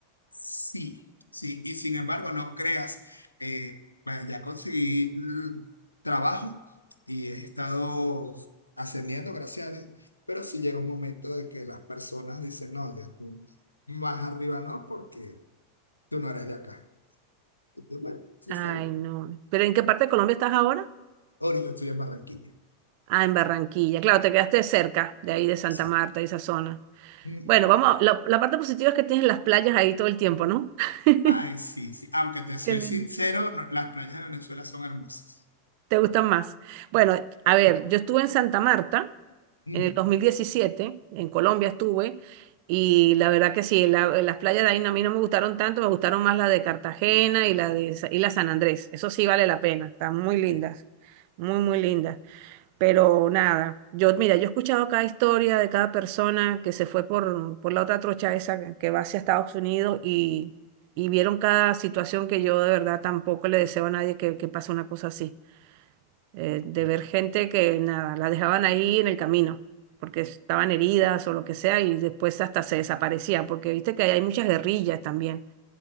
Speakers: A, on the left; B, on the right.
A: Sí, sí, y sin embargo, no creas, eh, bueno, ya conseguí mm, trabajo y he estado ascendiendo, gracias a Dios, pero sí llega un momento de que las personas dicen, no, ya tú más arriba no, porque tú no eres de acá. Y tú, bueno, sí,
B: Ay,
A: está bien.
B: no. ¿Pero en qué parte de Colombia estás ahora?
A: Ahora yo estoy en Barranquilla,
B: Ah, en Barranquilla. Claro, te quedaste cerca de ahí, de Santa
A: sí.
B: Marta, y esa zona.
A: Ujú,
B: Bueno, vamos, a- la, la parte positiva es que tienes las playas ahí todo el tiempo, ¿no? <laughs>
A: Ay, sí, sí, aunque te soy
B: Qué lindo.
A: sincero, no- las playas de Venezuela son hermosas.
B: ¿Te gustan más? Bueno, a ver, yo estuve en Santa Marta
A: ujú.
B: en el 2017 en Colombia estuve, y la verdad que sí, la- las playas de ahí no- a mí no me gustaron tanto, me gustaron más la de Cartagena y la de Sa- y la San Andrés. Eso sí vale la pena, están muy lindas,
A: Eh,
B: muy, muy lindas. Pero nada, yo, mira, yo he escuchado cada historia de cada persona que se fue por, por la otra trocha esa que va hacia Estados Unidos y, y vieron cada situación que yo de verdad tampoco le deseo a nadie que, que pase una cosa así eh, de
A: bien.
B: ver gente que nada, la dejaban ahí en el camino, porque estaban heridas o lo que sea, y después hasta se desaparecían, porque viste que hay muchas guerrillas también.